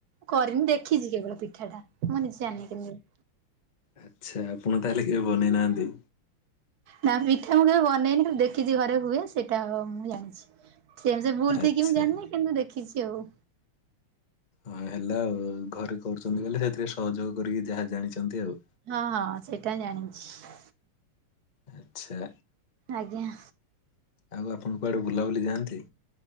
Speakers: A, on the right; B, on the left.
A: କରିନି ଦେଖିଛି କେବଳ ପିଠା ଟା ମୁଁ ନିଜେ ଜାଣିନି କେମିତି।
B: ଆଚ୍ଛା ଆପଣ ତାହେଲେ କେବେ ବନେଇନାହାନ୍ତି।
A: ନା ପିଠା ମୁଁ କେବେ ବନେଇନି ଖାଲି ଦେଖିଛି ଘରେ ହୁଏ ସେଇଟା ମୁଁ ଜାଣିଛି। ସେମ୍ ସେ ଭୁଲ୍
B: ଆଚ୍ଛା
A: ଠିକି ମୁଁ ଜାଣିନି କିନ୍ତୁ ଦେଖିଛି ଆଉ।
B: ହଁ ହେଲା ଆଉ ଘରେ କରୁଛନ୍ତି ବୋଲେ ସେଥିରେ ସହଯୋଗ କରିକି ଯାହା ଜାଣିଛନ୍ତି ଆଉ।
A: ହଁ, ହଁ ସେଇଟା ଜାଣିଛି।
B: ଆଚ୍ଛା।
A: ଆଜ୍ଞା।
B: ଆଉ ଆପଣ କୁଆଡ଼େ ବୁଲାବୁଲି ଯାଆନ୍ତି?